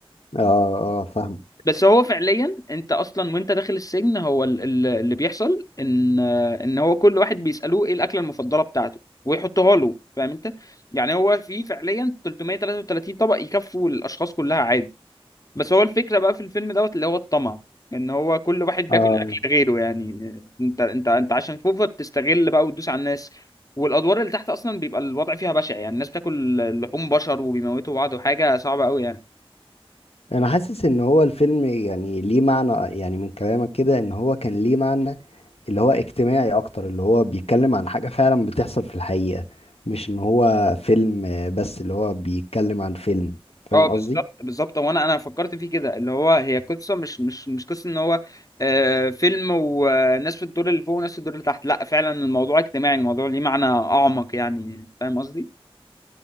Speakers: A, on the left (about 80°); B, on the left (about 35°).
A: اه اه فاهم
B: بس هو فعليا انت اصلا وانت داخل السجن هو ال- ال- اللي بيحصل ان ان هو كل واحد بيسالوه ايه الاكله المفضله بتاعته ويحطها له فاهم انت يعني هو في فعليا 333 طبق يكفوا الاشخاص كلها عادي بس هو الفكرة بقى في الفيلم دوت اللي هو الطمع ان هو كل واحد
A: اه
B: بياكل اكل غيره يعني انت انت انت عشان فوفا بتستغل بقى وتدوس على الناس والادوار اللي تحت اصلا بيبقى الوضع فيها بشع يعني الناس بتاكل لحوم بشر وبيموتوا بعض وحاجة صعبة قوي يعني
A: انا حاسس ان هو الفيلم يعني ليه معنى يعني من كلامك كده ان هو كان ليه معنى اللي هو اجتماعي اكتر اللي هو بيتكلم عن حاجة فعلا بتحصل في الحقيقة مش ان هو فيلم آه، بس اللي هو بيتكلم عن فيلم فاهم
B: اه
A: قصدي
B: بالظبط بالظبط وانا انا فكرت فيه كده اللي هو هي قصة مش مش مش قصة ان هو آه فيلم وناس في الدور اللي فوق وناس في الدور اللي تحت لا فعلا الموضوع اجتماعي الموضوع ليه معنى اعمق يعني فاهم قصدي؟